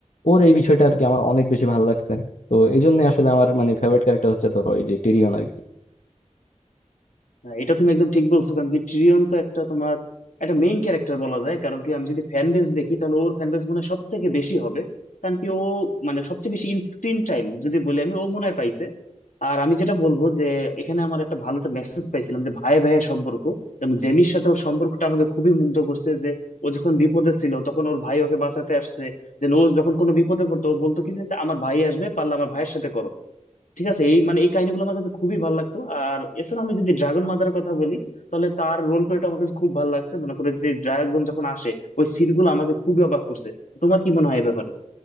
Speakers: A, on the left (about 65°); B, on the left (about 80°).
A: ওর এই বিষয়টা আর কি আমার অনেক বেশি ভালো লাগছে তো এই জন্য আসলে আমার মানে ফেভারিট ক্যারেক্টার হচ্ছে ধরো এই যে টিরিয়ন আর কি
B: না এটা তুমি একদম ঠিক বলছো কারণ কি ট্রিয়ন তো একটা তোমার একটা মেইন ক্যারেক্টার বলা যায় কারণ কি আমি যদি ফ্যান বেস দেখি তাহলে ওর ফ্যান বেস মনে হয় সবথেকে বেশি হবে কারণ কি ও মানে সবচেয়ে বেশি স্ক্রিন টাইম যদি বলি আমি ও মনে হয় পাইছে আর আমি যেটা বলবো যে এখানে আমার একটা ভালো একটা মেসেজ পাইছিলাম যে ভাই ভাইয়ের সম্পর্ক যেমন জেমির সাথে ওর সম্পর্কটা আমাকে খুবই মুগ্ধ করছে যে ও যখন বিপদে ছিল তখন ওর ভাই ওকে বাঁচাতে আসছে দেন ও যখন কোনো বিপদে পড়তো ও বলতো কি যে আমার ভাই আসবে পারলে আমার ভাইয়ের সাথে করো ঠিক আছে এই মানে এই কাহিনীগুলো আমার কাছে খুবই ভালো লাগতো আর এছাড়া আমি যদি ড্রাগন মাদারের কথা বলি তাহলে তার রোল প্লেটা আমার কাছে খুব ভালো লাগছে মনে করে যে ড্রাগন যখন আসে ওই সিনগুলো আমাকে খুবই অবাক করছে তোমার কি মনে হয় এ ব্যাপারে